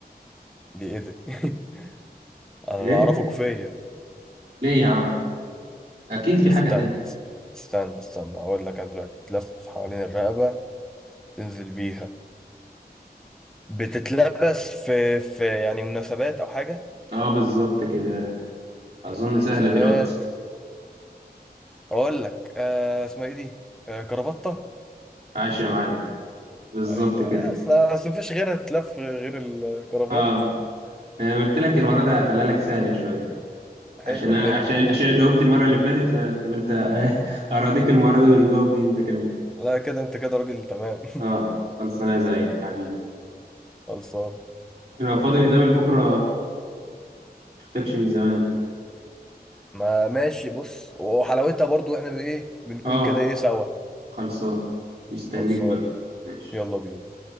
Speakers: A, in the centre; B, on the right.
A: دي ايه ده <laughs> انا
B: ايه
A: اللي اعرفه كوفية
B: ليه يا عم اكيد
A: طب
B: في
A: استنى
B: حاجة تانية
A: استنى استنى اقول لك انا دلوقتي تلف حوالين الرقبة تنزل بيها بتتلبس في في يعني مناسبات او حاجة
B: اه بالظبط كده أظن
A: تلبس في مناسبات
B: سهلة دلوقتي
A: اقول لك آه اسمها ايه دي آه كرافتة
B: عاش يا معلم بالظبط
A: ايوه
B: كده
A: آه، اصل اصل مفيش غيرها تتلف غير الكرافات
B: اه أنا قلت لك المرة دي هخليها لك سهلة شوية عشان
A: حلو
B: أنا
A: حلو
B: عشان
A: حلو
B: عشان جاوبت المرة اللي فاتت فقلت <laughs> أراضيك المرة دي وتجاوب دي أنت كمان
A: لا كده انت كده راجل تمام
B: اه خلص أنا زيك حبيبي
A: <laughs> خلصان
B: لو فاضي نتقابل بكرة مشفتكش من زمان
A: ما ماشي بص وحلاوتها برضو احنا بايه بنكون
B: اه
A: كده ايه سوا
B: خلصان مستنيك
A: خلصان
B: بقى ماشي
A: يلا بينا